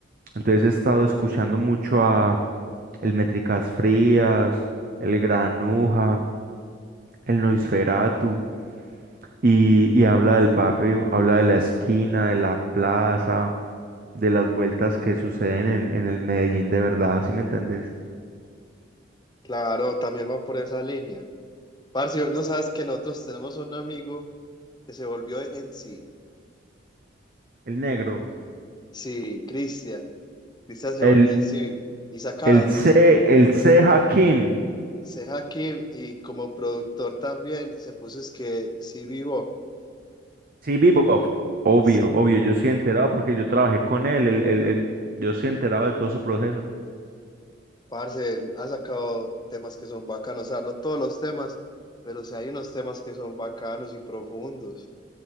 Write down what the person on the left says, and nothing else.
Claro, también va por esa línea. Parce, no sabes que nosotros tenemos un amigo que se volvió MC. Sí,
Sí, Cristian. Cristian se
volvió MC. Y saca,
se aquí y como productor también se puso es que sí vivo.
Sí,
parce, él ha sacado temas que son bacanos. O sea, no todos los temas, pero sí hay unos temas que son bacanos y profundos.